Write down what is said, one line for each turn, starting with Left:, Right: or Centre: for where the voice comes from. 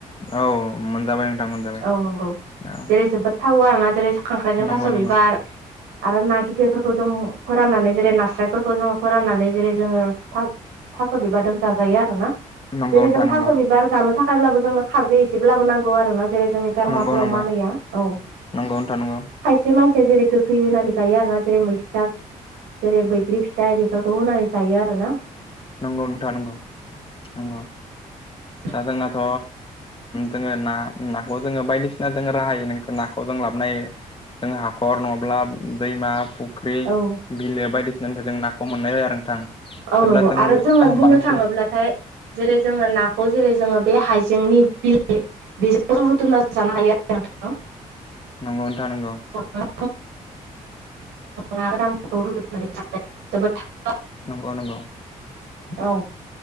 Left: औ औ मोनजाबाय नोंथां मोनजाबाय।
Right: औ नंगौ।
Left: औ
Right: जेरै जोबोद थावो आरोना जेरै खांख्राइजों
Left: नंगौ
Right: थास'
Left: नंगौ
Right: बिबार। आरो ना गिदिरफोरखौ जों फोराननानै जेरै नास्रायफोरखौ जोङो फोराननानै जेरै जोङो। थास' बिबारजों जाजायो आरोना
Left: नंगौ
Right: जेरै
Left: नोंथां
Right: जों
Left: नंगौ
Right: थास' बिबार जानो थाखायब्लाबो जोंनो। खारदै एसेब्लाबो नांगौ आरो ना जेरै जोंनि। गारामाफोराव
Left: नंगौ नंगौ
Right: मानैया औ
Left: नंगौ नोंथां नंगौ
Right: खायसे मानसिया जेरै गोखै होनानै। जायो आरोना जेरै मैसिथा जेरै बैग्रि फिथाइ बेफोरखौ होनानै जायो आरो ना।
Left: नंगौ नोंथां नंगौ नंगौ।
Right: <inaudible>
Left: दा जोंनाथ' जोङो ना नाखौ जोङो बायदिसिना जोंनो राहायै नों नाखौ जों लाबोनो हायो। जों हाखर नङाब्ला दैमा फाख्रि। फुख्रि
Right: औ
Left: बिलो बायदिसिनानिफ्राय जों नाखौ मोननाय जायो आरो नोंथां।
Right: औ
Left: जेब्ला
Right: नंगौ
Left: जों
Right: आरो जोङो बुंनो
Left: बांसिन
Right: थाङोब्लाथाय। जेरै जोङो नाखौ जेरै जोङो बे हाइजेंनि बिलाइ। बेजों रुथुमना जानो हायो आरो नोंथां।
Left: नंगौ नोंथां नंगौ।
Right: अ <inaudible> ना ग्रामखौ रुदनानै जोबोद <unintelligible>
Left: नंगौ नंगौ।
Right: औ।